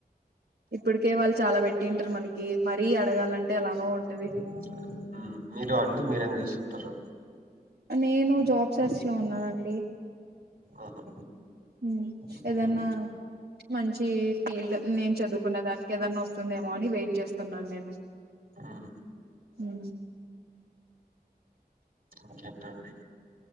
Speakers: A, on the right; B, on the right.
A: ఇప్పటికే వాళ్ళు చాలా పెట్టింటరు మనకి మరీ అడగాలంటే ఎలానో ఉంటది
B: ఉ మీదొ అండి మీరేం చేస్సుంటరు.
A: నేను జాబ్ సెర్చ్ లో ఉన్నానండి.
B: ఆహా
A: ఉ
B: మ్
A: ఏదన్నా మంచి ఫీల్డ్ నేను చదువుకున్న దానికి ఏదన్నా వస్తుందేమో అని వెయిట్ చేస్తున్నాను నేను.
B: మ్
A: ఉ
B: ఇంకేంటండి.